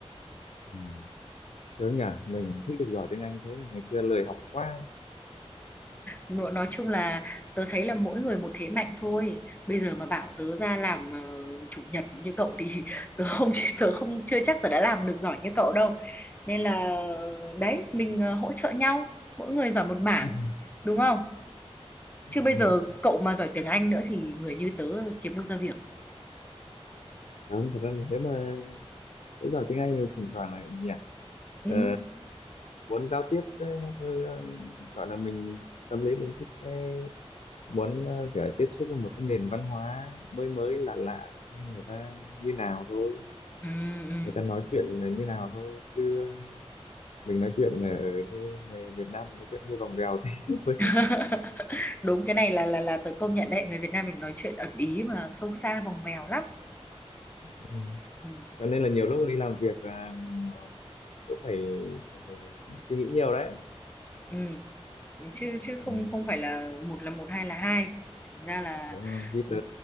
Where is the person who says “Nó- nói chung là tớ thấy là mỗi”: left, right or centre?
Left